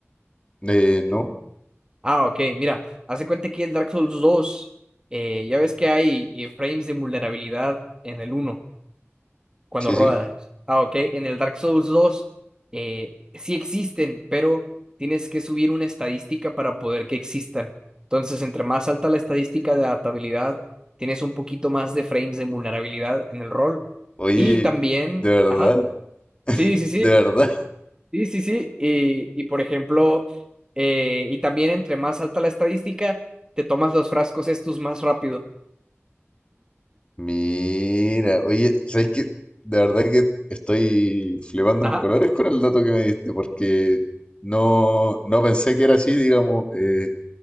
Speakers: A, on the left; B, on the right.
A: Eh, no,
B: Ah, ok, mira, hace cuenta que el Dark Souls dos, eh, ya ves que hay eh, frames de vulnerabilidad en el uno cuando
A: sí,
B: rodas.
A: sí.
B: Ah, ok, en el Dark Souls dos, eh, sí existen, pero tienes que subir una estadística para poder que existan. Entonces, entre más alta la estadística de adaptabilidad, tienes un poquito más de frames de vulnerabilidad en el rol.
A: Oye,
B: Y también,
A: de verdad,
B: ajá, sí, sí, sí,
A: de verdad.
B: Sí, sí, sí. Y, y por ejemplo, eh, y también entre más alta la estadística, te tomas los frascos estos más rápido.
A: Mira, oye, ¿sabes qué? De verdad que estoy flipando
B: Ajá,
A: en colores con el dato que me diste, porque no, no pensé que era así, digamos, eh,